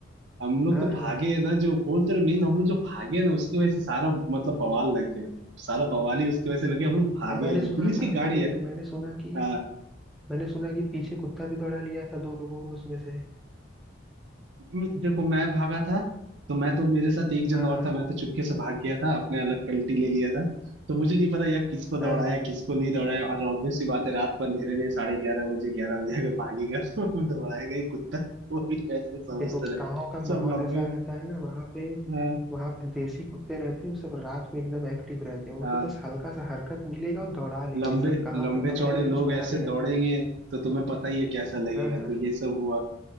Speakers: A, on the right; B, in the centre.
A: हम लोग
B: हाँ
A: तो भागे
B: हाँ
A: है ना जो बोलते रहे मेन हम लोग जो भागे है ना उसकी वजह से सारा मतलब बवाल लग गया सारा बवाल ही उसकी वजह से लग गया हम लोग भागे
B: अब मैंने
A: है जो
B: सुना
A: पुलिस की
B: था
A: गाड़ी
B: मैंने
A: है
B: मैंने सुना कि
A: हाँ,
B: मैंने सुना कि पीछे कुत्ता भी दौड़ा लिया था दो लोगों को उसमें से
A: मैं- देखो मैं भागा था तो मैं तो मेरे साथ एक जन
B: हाँ
A: और
B: हाँ
A: था मैं तो चुपके से भाग गया था अपने अलग कल्टी ले लिया था तो मुझे नहीं पता यार किसको
B: हाँ
A: दौड़ाया
B: हाँ
A: किसको नहीं दौड़ाया और ऑब्वियस सी बात है रात को अंधेरे में साढ़े ग्यारह बजे ग्यारह बजे अगर भागेगा तो <laughs> दौड़ाएगा ही कुत्ता वो भी ऐसे समझते
B: देखो
A: रहे
B: गांव का माहौल
A: सब लंबे
B: ऐसा रहता है ना वहां पे
A: हाँ
B: वहां पे देसी कुत्ते रहते हैं वो सब रात को एकदम एक्टिव रहते हैं उनको
A: हाँ,
B: बस हल्का सा हरकत मिलेगा और दौड़ा लेंगे
A: लंबे
B: सब कहाँ
A: लंबे
B: तक दौड़ाएंगे
A: चौड़े लोग
B: कुछ पता
A: ऐसे
B: नहीं रहता
A: दौड़ेंगे तो तुम्हें पता ही है कैसा लगेगा
B: है
A: तो ये सब हुआ